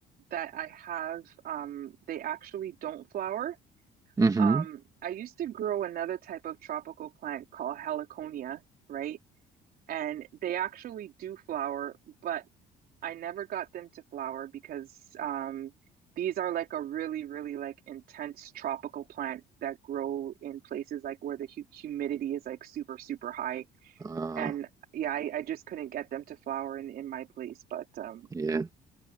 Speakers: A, on the right; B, on the right.
A: that I have, um, they actually don't flower
B: Mm-hmm.
A: Um, I used to grow another type of tropical plant called heliconia, right? And they actually do flower, but I never got them to flower because um, these are like a really, really like intense tropical plant that grow in places like where the hu humidity is like super, super high.
B: Uh,
A: And yeah, I, I just couldn't get them to flower in in my place. But um,
B: yeah.